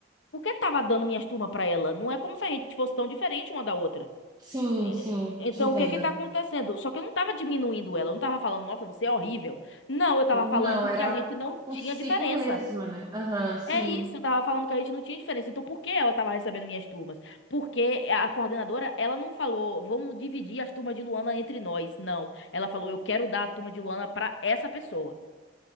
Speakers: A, on the left; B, on the right.
A: por que tava dando minhas turmas pra ela? Não é como se a gente fosse tão diferente uma da outra.
B: Sim,
A: É,
B: sim,
A: Então,
B: te entendo.
A: o que que tá acontecendo? Só que eu não tava diminuindo ela, eu não tava falando, nossa, você é horrível. Não, eu tava
B: Não,
A: falando
B: era
A: que a
B: algo
A: gente não
B: consigo
A: tinha diferença.
B: mesma, né? Aham, sim.
A: É isso, eu tava falando que a gente não tinha diferença. Então, por que ela tava recebendo minhas turmas? Porque a coordenadora, ela não falou, vamos dividir as turmas de Luana entre nós. Não. Ela falou, eu quero dar a turma de Luana pra essa pessoa.